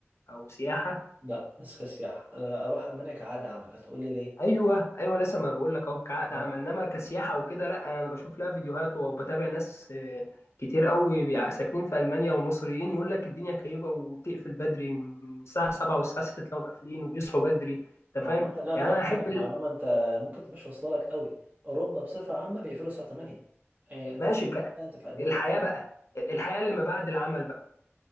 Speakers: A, on the left (about 70°); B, on the right (about 35°).
A: او سياحه
B: لا بس كسياحة أنا أروح ألمانيا كعقد عمل هتقول لي ليه؟
A: ايوه ايوه لسه ما انا بقول لك اهو كعقد
B: آه،
A: عمل انما كسياحه وكده لا انا بشوف لها فيديوهات وبتابع ناس آه، كتير قوي بيع- ساكنين في المانيا ومصريين يقول لك الدنيا كئيبه وبتقفل بدري من الساعه 7 والساعه 6 تلاقيهم قافلين وبيصحوا بدري انت
B: عامة
A: فاهم
B: لا
A: يعني
B: لا
A: انا
B: هقول
A: احب
B: لك
A: ال...
B: معلومة أنت ممكن تبقاش واصلة لك قوي أوروبا بصفة عامة بيقفلوا الساعة 8 يعني أنت
A: ماشي
B: في
A: ك...
B: لا، أنت في ألمانيا
A: الحياه بقى الحياه اللي ما بعد العمل بقى